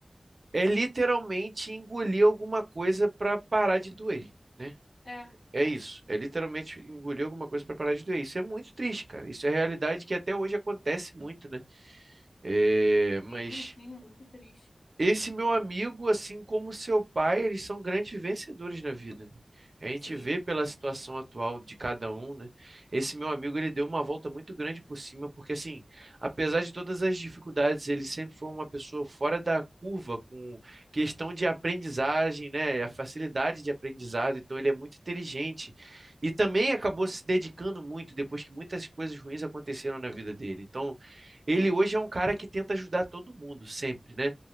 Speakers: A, on the right; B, on the left.
A: É literalmente engolir alguma coisa para parar de doer, né?
B: É,
A: É
B: é.
A: isso. É literalmente engolir alguma coisa para parar de doer. Isso é muito triste, cara. Isso é realidade que até hoje acontece muito, né? É, mas
B: Sim, sim, muito triste.
A: esse meu amigo, assim como seu pai, eles são grandes vencedores na vida, né? A gente
B: Sim,
A: vê pela situação atual de cada um, né? Esse meu amigo, ele deu uma volta muito grande por cima, porque assim, apesar de todas as dificuldades, ele sempre foi uma pessoa fora da curva com questão de aprendizagem, né? A facilidade de aprendizado, então ele é muito inteligente. E também acabou se dedicando muito depois que muitas coisas ruins aconteceram na vida dele. Então, ele hoje é um cara que tenta ajudar todo mundo sempre, né?